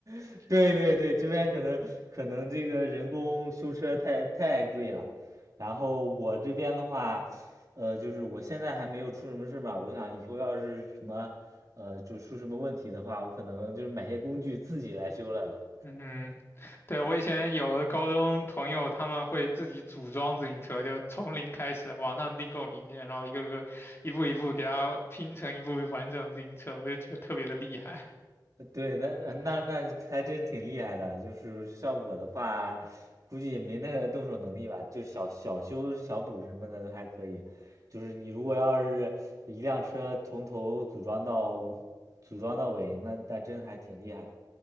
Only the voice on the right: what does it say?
<laughs> 对对对，这边可能可能这个人工修车太太贵了，然后我这边的话，呃，就是我现在还没有出什么事嘛，我想以后要是什么，呃，就出什么问题的话，我可能就是买些工具自己来修了都。
对，那呃那那还真挺厉害的。就是像我的话，估计也没那个动手能力吧，就小小修小补什么的都还可以。就是你如果要是一辆车从头组装到组装到尾，那那真还挺厉害的。